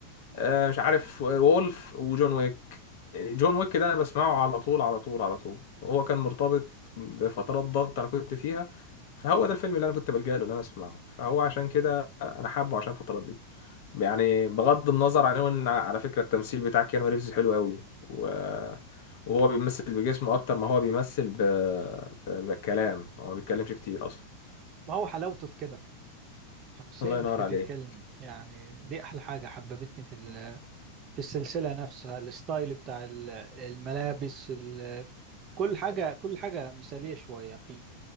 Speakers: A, on the left; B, on the right.
A: آه، مش عارف وولف وجون ويك جون ويك ده انا بسمعه على طول على طول على طول وهو كان مرتبط بفترات ضغط انا كنت فيها فهو ده الفيلم اللي انا كنت بلجأ له ان انا اسمعه فهو عشان كده انا حابه عشان الفترات دي يعني بغض النظر عن هو ان على فكره التمثيل بتاع كيانو ريفز حلو قوي و- وهو بيمثل بجسمه اكتر ما هو بيمثل ب... ب... بالكلام هو ما بيتكلمش كتير اصلا
B: ما هو حلاوته في كده شخصية
A: الله
B: مش
A: ينور
B: بتتكلم
A: عليه
B: يعني دي احلى حاجة حببتني في في السلسلة نفسها الستايل بتاع ال- الملابس ال- كل حاجة كل حاجة مثالية شوية فيه